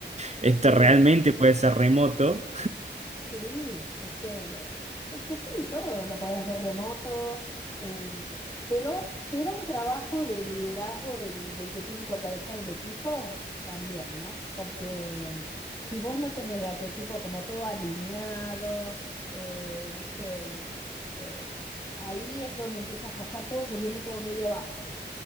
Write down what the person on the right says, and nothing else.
esto
realmente puede ser remoto.